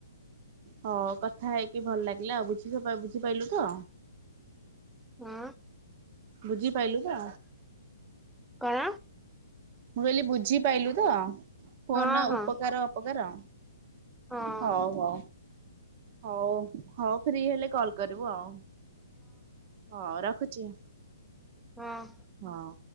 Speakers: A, on the right; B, in the centre.
A: ହଁ କଥା ହେଇକି ଭଲ ଲାଗିଲା ଆଉ ବୁଝି ବୁଝିପାରଲୁ ତ?
B: ହଁ।
A: ବୁଝି ପାଇଲୁ ତ।
B: କଣ
A: ମୁଁ କହିଲି ବୁଝିପଲୁ ତ। ଫୋନ
B: ହଁ ହଁ
A: ଉପକାର ଅପକାର।
B: ହଁ
A: ହଉ ହଉ। ହଉ ହଉ ଫ୍ରି ହେଲେ କଲ କରିବୁ ଆଉ। ହଁ ରଖ। ଆ ଜ୍ଞ।
B: ହଁ।
A: ହଁ।